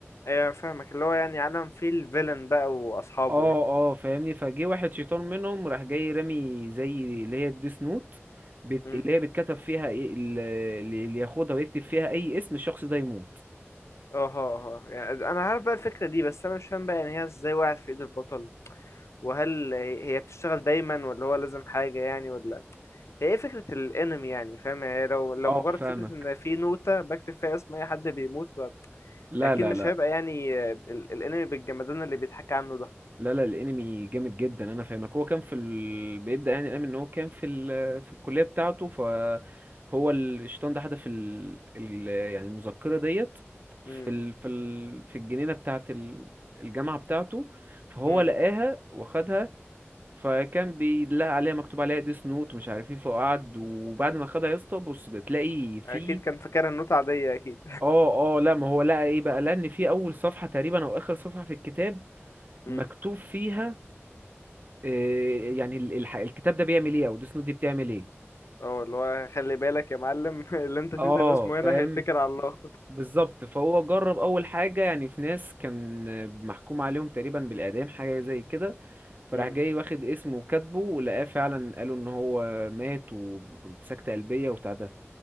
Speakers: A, on the left; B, on the right.
A: ايه فاهمك اللي هو يعني عالم فيه الفيلن بقى واصحابه
B: اه
A: يعني
B: اه فاهمني فجه واحد شيطان منهم راح جاي رامي زي اللي هي الديس نوت بت...
A: امم
B: اللي هي بتكتب فيها ايه ال- اللي ياخدها ويكتب فيها اي اسم الشخص ده يموت
A: اه اه أه. يعني انا عارف بقى الفكره دي بس انا مش فاهم بقى يعني هي ازاي وقعت في ايد البطل وهل هي بتشتغل دايما ولا هو لازم حاجه يعني ولا هي ايه فكرة الانمي يعني فاهم يعني لو لو
B: اه
A: مجرد
B: فاهمك
A: فكرة ان في نوتة بكتب فيها اسم اي حد بيموت
B: لا
A: اكيد
B: لا
A: مش
B: لا
A: هيبقى يعني آه، ال- الانمي بالجمدان اللي بيتحكى عنه ده
B: لا لا الانمي جامد جدا انا فاهمك هو كان في ال... بيبدأ يعني الانمي ان هو كان في ال... في الكلية بتاعته فهو الشيطان ده حدف ال... ال... يعني المذكرة ديت
A: امم
B: في ال... في ال... في الجنينة بتاعت ال... الجامعة بتاعته فهو
A: امم
B: لقاها واخدها فكان بيلاقي عليها مكتوب عليها ديس نوت ومش عارف ايه فقعد وبعد ما خدها يا اسطى بص بتلاقي فيه
A: اكيد كان فاكرها النوت عاديه اكيد
B: اه اه لا ما هو لقى ايه بقى لان في اول صفحة تقريبا او اخر صفحة في الكتاب مكتوب
A: امم
B: فيها إيه يعني ال- الح- الكتاب ده بيعمل ايه او ديس نوت دي بتعمل ايه
A: اه اللي هو خلي بالك يا معلم <laughs> اللي انت تكتب
B: اه
A: اسمه
B: فاهم
A: هنا هيتكل على الله
B: بالظبط فهو جرب اول حاجة يعني في ناس كان محكوم عليهم تقريبا بالاعدام حاجة زي كده فراح
A: امم
B: جاي واخد اسمه وكاتبه ولقاه فعلا قالوا ان هو مات وسكتة قلبية وبتاع ده